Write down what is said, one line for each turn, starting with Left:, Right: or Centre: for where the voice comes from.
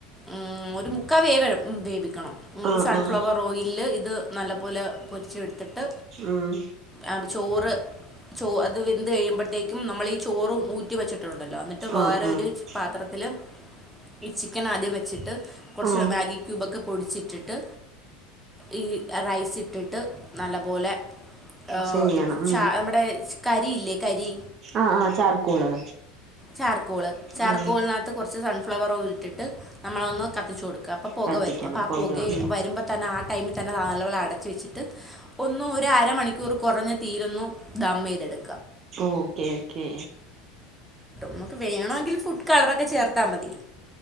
Centre: ഉം ഒരു മുക്കാ വേവ വേവിക്കണം ങ്ങൾ
Right: ആഹ്
Centre: സൺഫ്ലെവറോയ്ൽല്
Right: ആഹ്
Centre: ഇത് നല്ലപോലെ പൊര്ച്ച്ട്ത്ത് ട്ട്
Right: ഉം
Centre: അപ ചോറ് ചോ അത് വെന്ത് കഴിയ്മ്പഴ്ത്തേക്കും നമ്മളീ ചോറും ഊറ്റി വെച്ചിട്ടുണ്ടല്ലോ അന്നിട്ട്
Right: ആഹ്
Centre: വേറെ
Right: ആഹ്
Centre: ഒര് പാത്രത്തില് ഈ ചിക്കനാദ്യം വെച്ചിട്ട് കൊർച്ച്
Right: ആഹ്
Centre: മാഗി ക്യൂബൊക്കെ പൊടിച്ചി ട്ടിട്ട് ഈ റൈസിട്ടിട്ട് നല്ലപോലെ ആ
Right: ചെയ്യണം
Centre: ച നമ്മടെ കരിയില്ലേ കരി
Right: ആ ആ ചാർക്കോള്
Centre: ചാർക്കോള് ചാർക്കോളിനകത്ത്
Right: ആഹ്
Centre: കൊർച്ച് സൺഫ്ലവറോയ്ൽട്ട്ട്ട് നമ്മളൊന്ന് കത്തിച്ച് കൊട് ക്ക അപ്പ പാെക
Right: കത്തിക്കണം
Centre: വരും അപ്പം ആ
Right: പൊക
Centre: പാെകെ
Right: ഉം
Centre: വര്മ്പ തന്നെ ആ ടൈമിൽ തന്നെ നല്ലപോലെ അടച്ച് വെച്ചിട്ട് ഒന്ന് ഒരരമണിക്കൂർ കാെറഞ്ഞ തീയ്ലൊന്നു ദമ്മെയ്തെട്
Right: ഓക്കെ ഓക്കേ
Centre: നമ്ക്ക് വേണൊങ്കിൽ ഫുഡ് കളറൊക്കെ ചേർത്താ മതി